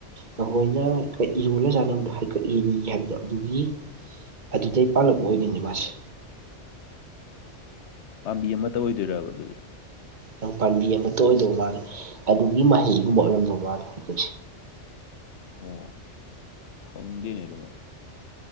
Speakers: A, on the right; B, on the left.
A: ꯅꯈꯣꯏꯅ ꯏꯔꯣꯜꯂ ꯆꯥꯟꯅꯕꯗꯣ ꯍꯩꯀꯛꯑꯔꯤ ꯍꯥꯏꯕꯗꯣ ꯑꯗꯨꯒꯤ ꯑꯗꯨꯗꯩ ꯄꯥꯜꯂꯛꯄ ꯑꯣꯏꯗꯣꯏꯅꯤ ꯃꯥꯁꯦ
B: ꯄꯥꯝꯕꯤ ꯑꯃꯠꯇ ꯑꯣꯏꯗꯣꯏ ꯑꯗꯨꯗꯤ
A: ꯑꯗꯨ ꯄꯥꯝꯕꯤ ꯑꯃꯇ ꯑꯣꯏꯗꯧꯕ ꯃꯥꯜꯂꯦ ꯑꯗꯨꯒꯤ ꯃꯍꯩꯒꯨꯝꯕ ꯑꯣꯏꯔꯝꯗꯧꯕ ꯃꯥꯜꯂꯦ ꯍꯩꯀꯨꯠꯁꯦ
B: ꯑꯣ ꯈꯪꯗꯦꯅꯦ ꯑꯗꯨꯕꯨ